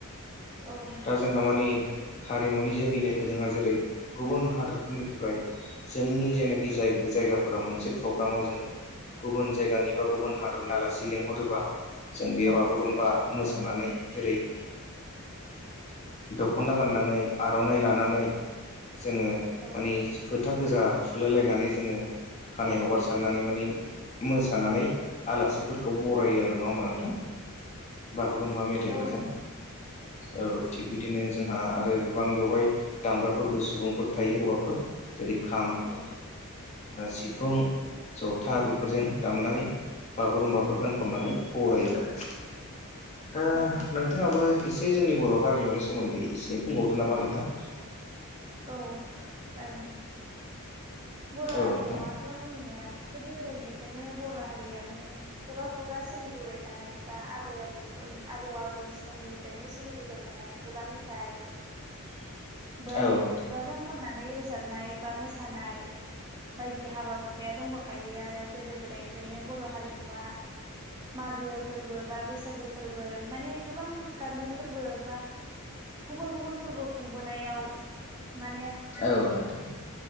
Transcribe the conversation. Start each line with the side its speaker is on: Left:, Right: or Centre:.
Right: औ नंगौ
Left: दा
Right: नोंथां
Left: जोंहा मानि हारिमुनि जोहैनो जोंहा जेरै गुबुन हादरफोरनिफ्राय जोंनि जेनाखि जाय जायगाफोराव मोनसे प्रग्रामाव जोङो गुबुन जायगानि बा गुबुन हादरनि आलासि लेंंहरोबा जों बेयाव
Right: औ
Left: बागुरुम्बा मोजां मोसानानै जेरै दख'ना गाननानै आर'नाइ लानानै जोङो
Right: औ
Left: माने फोथा गोजा थुलायलायनानै जोङो खानाय हगारसारनानै माने मोसानानै आलासिफोरखौ बरायो आरो नङा होमबा नोंथां? बागुरुम्बा मेथाइफोरजों
Right: औ नंगौ नोंथां
Left: औ थिग बिदिनो जोंहा आरो गोबां बेवहाय दामग्राफोरबो सुबुंफोर थायो हौवाफोर जेरै खाम
Right: औ
Left: सिफुं जथा बेफोरजों दामनानै बागुरुम्बाफोर गानखननानै बरायो आरो। दा
Right: औ नंगौ
Left: नोंथाङाबो
Right: नोंथां
Left: एसे जोंनि बर' हारिमुनि सोमोन्दै एसे बुंबावदों नामा नोंथां?
Right: औ जागोन दे। बर'
Left: औ
Right: हारिमुवाथ'
Left: नोंथां
Right: जोंनिया गोदो गोदायनिफ्रायनो बर' हारिया माने खुगा खुगा सोलिबोबाय थानाय बा आबै आबौफोर आबौ आबै समनिफ्रायनो सोलिबोबाय थानाय। खुगा मेथाइ
Left: <inaudible>
Right: माने
Left: औ नोंथां
Right: खुगाजों खननानै रोजाबनाय बा मोसानाय बायदि हाबा हुखाया दंबोखायो आरो गोदो गोदायनिफ्रायनो बर' हारिमुवा मागो फोरबो बा बैसागु फोरबो माने गोबां गाबनि फोरबो बा गुबुन गुबुन फोरबो खुंबोनायाव माने
Left: औ‌ नोंथां।